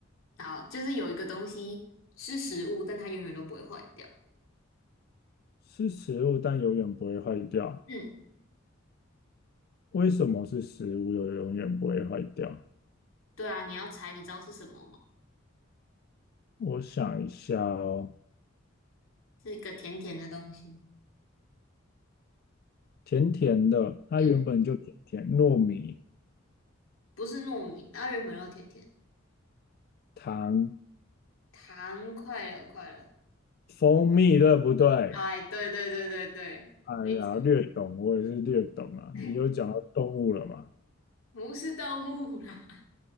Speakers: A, on the left; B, on the left.
A: 好，就是有一个东西是食物，但它永远都不会坏掉。
B: 是食物，但永远不会坏掉。
A: 嗯，
B: 为什么是食物又永远不会坏掉？
A: 对啊，你要猜，你知道是什么吗？
B: 我想一下哦，
A: 是一个甜甜的东西。
B: 甜甜的，它原本就甜甜，
A: 嗯，
B: 糯米、
A: 不是糯米，它原本就甜甜。
B: 糖、
A: 糖，快乐，快乐。
B: 蜂蜜，对不对？
A: 哎，对对对对对，
B: 哎呀，
A: 没错，
B: 略懂，我也是略懂啊。
A: <laughs>
B: 你有讲到动物了嘛？
A: 不是动物啦。